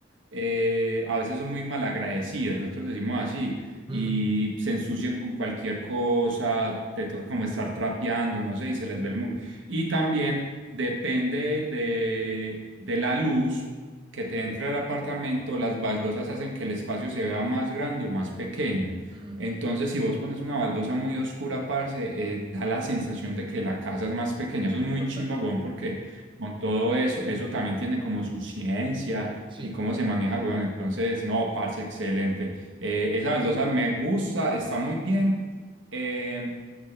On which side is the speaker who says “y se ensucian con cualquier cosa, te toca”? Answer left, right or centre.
Right